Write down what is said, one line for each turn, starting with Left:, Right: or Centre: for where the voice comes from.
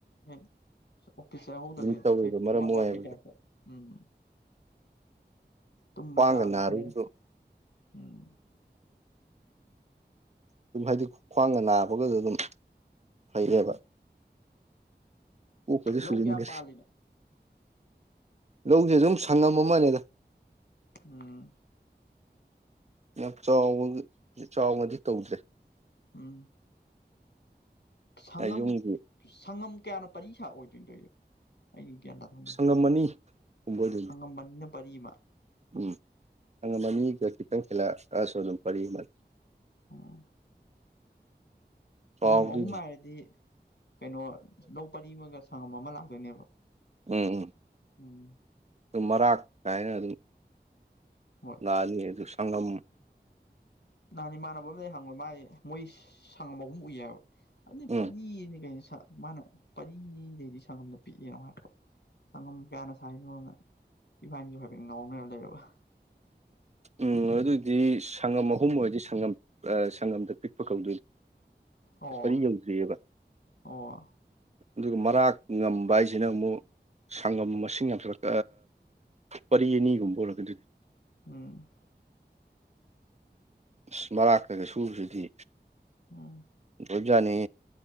Left: ꯑꯦ ꯑꯣꯐꯤꯁ ꯌꯥꯍꯧꯗꯗꯤ
Right: ꯑꯗꯨꯝ ꯇꯧꯔꯤꯕ
Left: ꯊꯦ
Right: ꯃꯔꯝ
Left: ꯏꯋꯥꯠ
Right: ꯑꯣꯏꯌꯦꯕꯗꯣ
Left: ꯋꯥꯠꯄꯩ ꯇꯥꯏꯞꯇ꯫ ꯎꯝ ꯇꯨꯝꯕ
Right: ꯈ꯭ꯋꯥꯡꯒ
Left: ꯆꯥꯕꯁꯨ
Right: ꯅꯥꯔꯨꯕꯗꯣ
Left: ꯈꯔꯦ ꯎꯝ
Right: ꯑꯗꯨꯝ ꯍꯥꯏꯗꯤ ꯈ꯭ꯋꯥꯡꯒ ꯅꯥꯕꯒꯁꯨ ꯑꯗꯨꯝ ꯐꯩꯌꯦꯕ ꯀꯣꯛꯀꯁꯦ
Left: ꯂꯧ
Right: ꯁꯨꯖꯤꯟꯒꯔꯦ꯫
Left: ꯀꯌꯥꯝ ꯄꯥꯜꯂꯤꯅꯣ
Right: ꯂꯧꯗꯤ ꯑꯗꯨꯝ ꯁꯪꯉꯝ ꯑꯃꯅꯦꯗ꯫
Left: ꯎꯝ꯫
Right: ꯌꯥꯝ ꯆꯥꯎꯕ ꯆꯥꯎꯅꯗꯤ ꯇꯧꯗ꯭ꯔꯦ꯫
Left: ꯎꯝ ꯁꯪꯉꯝ
Right: ꯌꯨꯝꯒꯤ
Left: ꯁꯪꯉꯝ ꯀꯌꯥꯅ ꯄꯔꯤ ꯁꯥ ꯑꯣꯏꯗꯣꯏꯗꯣꯏ ꯑꯩ ꯒ꯭ꯌꯥꯟ ꯇꯥ ꯊꯪꯒꯦ
Right: ꯁꯉꯝ ꯑꯅꯤ꯫ ꯍꯣꯏꯗ
Left: ꯁꯉꯝ ꯑꯅꯤꯅ ꯄꯔꯤꯃ꯫
Right: ꯎꯝ ꯍ ꯁꯥꯉꯝ ꯑꯅꯤꯒ ꯈꯤꯇꯪ ꯍꯤꯜꯂꯛꯑꯑꯁꯨ ꯑꯗꯨꯝ ꯄꯔꯤ ꯑꯃ꯫
Left: ꯑꯣ
Right: <unintelligible>
Left: ꯁꯪꯉꯝ ꯑꯍꯨꯝ
Right: ꯎꯝ
Left: ꯍꯥꯏꯔꯗꯤ ꯀꯩꯅꯣ ꯂꯧ ꯄꯔꯤꯃꯒ ꯁꯪꯉꯝ ꯑꯃ ꯂꯥꯛꯇꯣꯏꯅꯦꯕ꯫
Right: ꯎꯝ ꯎꯝ
Left: ꯎꯝ
Right: ꯑꯗꯨꯝ ꯃꯔꯥꯛ ꯀꯥꯏꯅ ꯑꯗꯨꯝ꯫
Left: ꯍꯣꯏ
Right: ꯂꯥꯛꯑꯅꯤ ꯑꯗꯨ ꯁꯪꯉꯝ꯫
Left: ꯅꯍꯥꯟꯅꯦ ꯏꯃꯥꯟꯅꯕ ꯑꯃꯝ ꯂꯩ ꯍꯪꯕ ꯃꯥꯏ ꯃꯣꯏ ꯁꯪꯉꯝ ꯑꯍꯨꯝ ꯎꯏꯌꯦꯕ ꯑꯗꯨ
Right: ꯎꯝ
Left: ꯄꯔꯤꯅꯦ ꯀꯩꯅꯣ ꯁꯥ꯫ ꯃꯥꯅ ꯄꯔꯤꯗꯩꯗꯤ ꯁꯪꯒꯝꯗ ꯄꯤꯛꯑꯦꯅꯣ ꯍꯥꯏꯔꯛꯄ ꯁꯪꯒꯝ ꯀꯌꯥꯅ ꯁꯥꯏꯔꯤꯅꯣꯅ꯫ ꯏꯕꯥꯅꯤꯁꯨ ꯍꯥꯏꯐꯦꯠ ꯉꯥꯎꯅꯔ ꯂꯩꯔꯕ꯫
Right: ꯎꯝ ꯑꯗꯨꯗꯤ ꯁꯪꯉꯝ ꯑꯍꯨꯝ ꯑꯣꯏꯔꯗꯤ ꯁꯪꯉꯝ ꯁꯪꯉꯝꯗ ꯄꯤꯛꯄ ꯀꯧꯗꯣꯏꯅꯤ
Left: ꯑꯣ
Right: ꯄꯔꯤ ꯌꯧꯗ꯭ꯔꯤꯑꯕ
Left: ꯑꯣ
Right: ꯑꯗꯨꯒ ꯃꯔꯥꯛ ꯉꯝꯕ ꯍꯥꯏꯁꯤꯅ ꯑꯃꯨꯛ ꯁꯪꯒꯝ ꯃꯁꯤꯡ ꯌꯥꯝꯊꯠꯂꯛ ꯄꯔꯤ ꯑꯅꯤꯒꯨꯝꯕ ꯑꯣꯂꯛꯀꯗꯅꯦ
Left: ꯎꯝ
Right: ꯑꯁ ꯃꯔꯥꯛꯛꯇꯒ ꯁꯨꯁꯤꯗꯤ
Left: ꯑ
Right: ꯄꯨꯖꯥꯅꯤ